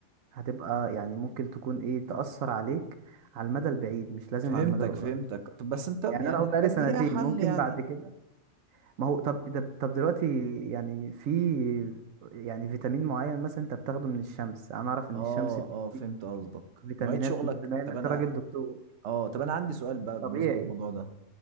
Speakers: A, on the right; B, on the right.
A: هتبقى يعني ممكن تكون ايه تأثر عليك على المدى البعيد مش لازم
B: فهمتك
A: على المدى القريب
B: فهمتك طب بس انت
A: يعني
B: يعني
A: انا اهو
B: الحاجات
A: بقالي سنتين
B: دي ليها حل
A: ممكن
B: يعني
A: بعد كده ما هو طب ده طب دلوقتي يعني في يعني فيتامين معين مثلا انت بتاخده من الشمس انا اعرف ان
B: اه
A: الشمس بتديك
B: اه فهمت قصدك
A: فيتامينات
B: مواعيد شغلك
A: انت بما ان
B: طب
A: انت
B: انا
A: راجل دكتور
B: اه طب انا عندي سؤال بقى بمناسبة
A: طبيعي
B: الموضوع ده